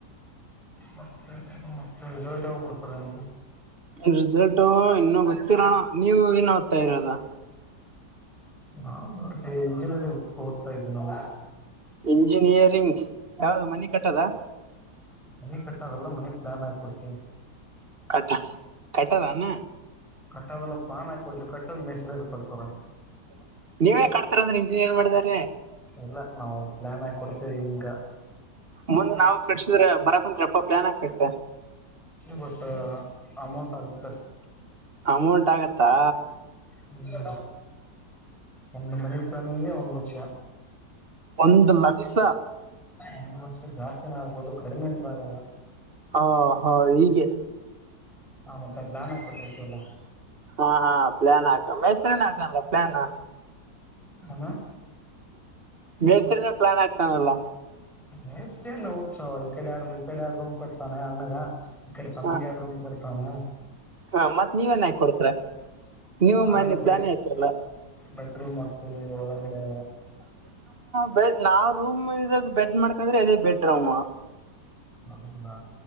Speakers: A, in the centre; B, on the right (about 35°).
A: ಮತ್ತೆ ಮತ್ತೆ ರಿಸಲ್ಟ್ ಆೋಗಬಿಡ್ತಾರೆ ನಿಮ್ದು
B: ರಿಸಲ್ಟು ಇನ್ನುೂ ಗೊತ್ತಿರೋಣ ನೀವು ಏನ್ ಹ್ತಾ ಇರೋದ
A: ನಾ ಅ ಎಂಜಿನಲ್ಲಿೋಗ ಓದ್ತಾ ಇದೀವಿ ನಾವು
B: ಇಂಜಿನಿಯರಿಂಗ್ ಯಾವ್ದ ಮನಿ ಕಟ್ಟದ
A: ಮನೆ ಕಟ್ಟಾವೆಲ್ಲ ಮನೆ ಪ್ಲಾನ್ ಆಗಿ ಕೊಡ್ತೀವಿ
B: ಕಟ್ಟ ಕಟ್ಟದಾನ
A: ಕಟ್ಟೋದೆಲ್ಲ ಪಾನ್ ಹಾಕಿ ಕೊಡತು ಕಟ್ಟದ್ ಮೆಸ್ರ ಕಟ್ಟತರ
B: ನೀವೇ ಕಡ್ತರ ಅಂದ್ರೆ ಇಂಜಿನಿಯರ್ ಮಾಡಿದಾರ
A: ಇಲ್ಲ ನಾವು ಪ್ಲಾನ್ ಆಗಿ ಕೊಡ್ತೇವಿ ಹಂಗ
B: ಮುಂದ್ ನಾವು ಕಟ್ಸಿದ್ರೆ ಬರ ಕುಂತತ್ಪ್ಪ ಪ್ಲಾನ್ ಆಾಕ್ತ್ತೆ
A: ಬಟ್ ಅಮೌಂಟ್ ಆಗುತ್ತೆ
B: ಅಮೌಂಟ್ ಆಗತ್ತಾ
A: ಹೂ ಒಂದು ಮನಿ ಪ್ಲಾಂಗ್ ಒಂದ್ ಲಕ್ಷ
B: ಒಂದು್ ಲಕ್ಷ
A: ಒಂದು ಲಕ್ಷ ಜಾಸ್ತಿನ ಆಗ್ಬೋುದು ಕಡಿಮೆ ಅಂತ ಆಗಲ್ಲ
B: ಹಾ ಹಾ ಹೀಗೆ
A: ಹ ಮತ್ತೆ ಪ್ಲಾನ ಕೊಟ್ಟಿರ್ತೀಲ್ಲ
B: ಹಾ ಹಾ ಪ್ಲಾನ್ ಆಗ ಮ ಹೆಸರಿನ ಆಗಲ್ಲ ಪ್ಲಯಾನ್
A: ಏನು
B: ಬೇಸರಿನ ಪ್ಲಾನ್ ಆಗ್ತಾನಲ್ಲ
A: ಹೆಸರಿ ಅಣ್ಣ ಉತ್ಸವ ಈ ಕಡೆ ಆಡು ಈ ಕಡೆ ಆರಡು ರೂಮ್ ಕೊಡ್ತಾನೆ ಅಣ್ಣಗ ಈ ಕಡೆ ತಮ್ಮಗೆ
B: ಹ
A: ಎರಡು ರೂಮ್ ಕೊಡ್ತಾವ್
B: ಹ ಮತ್ ನೀವೇನ್ ಹಾಕ ಕೊಡ್ತರ ನೀವು
A: ನಾವೆಲ್ಲ
B: ಮೊನ್ನೆ
A: ಬೆ
B: ಪ್ಲಾನ್ ಆಯತರಲ್ಲ
A: ಬೆಡ್ರೂಮ್ ಹಗ್ತವಿ ಒಳಗಡೆ
B: ಬೆ ನಾವ್ ರೂಮ್ ಇರೋದ ಬೆಡ್ ಮಾಡ್ಕಂದ್ರೆ ಅದೇ ಬೆಡ್ ರೂಮ್
A: ಅಲ್ಲಾ